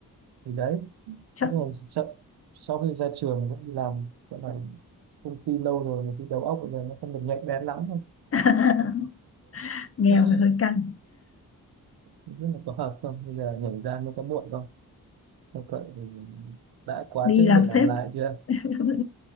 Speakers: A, on the right; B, on the left.
A: thì đấy
B: chắc
A: thế rồi sau, sau khi ra trường cũng đi làm gọi là công ty lâu rồi thì cái đầu óc bây giờ nó không được nhạy bén lắm
B: <laughs> nghèo
A: Ừm,
B: phải hơi căng
A: <laughs> không biết là có hợp không bây giờ nhảy ra nó có muộn không Nếu vậy thì đã quá
B: đi
A: trễ
B: làm
A: để làm
B: sếp
A: lại chưa
B: <laughs>